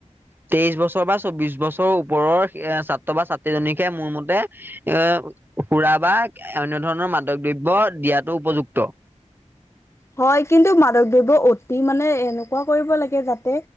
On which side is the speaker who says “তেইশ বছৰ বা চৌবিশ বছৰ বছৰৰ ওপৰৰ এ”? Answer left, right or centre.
Right